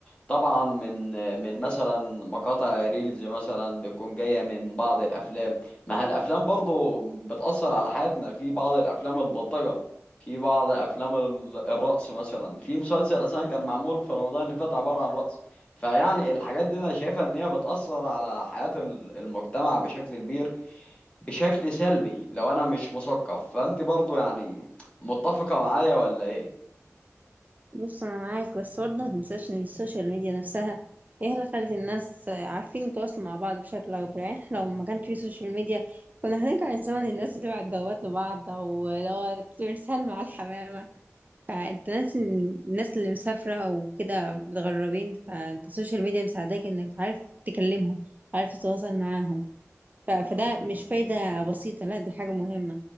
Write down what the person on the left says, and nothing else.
طبعا من من مثلا مقاطع ريلز مثلا بتكون جاية من بعض الأفلام ما هي الأفلام برضو بتأثر على حياتنا في بعض الأفلام البلطجة في بعض أفلام ال- الرقص مثلا في مسلسل أساسا كان معمول في رمضان اللي فات عبارة عن رقص فيعني الحاجات دي انا شايفها ان هي بتأثر على حياة ال- المجتمع بشكل كبير بشكل سلبي لو انا مش مثقف فانت برضو يعني متفقة معايا ولا ايه